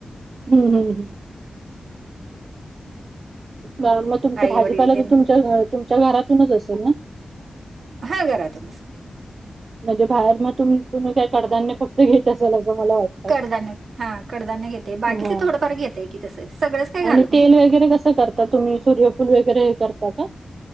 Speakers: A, on the right; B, on the right.
A: हम् हम् हम मग तुमच
B: आई
A: भाजीपाला
B: वडील ते
A: तर तुमच्या, तुमच्या घरातूनच असेल ना?
B: हा घरातूनच
A: म्हणजे बाहेरनं तुम, तुम्ही काय कडधान्य फक्त घेत असाल असं मला वाटतं.
B: कडधान्य हा कडधान्य घेते बाकीच
A: हा
B: थोडंफार घेतय की तसं, सगळंच काय घालत
A: आणि
B: नाही.
A: तेल वगैरे कसं कर आता तुम्ही सूर्यफुल वैगरे करता का?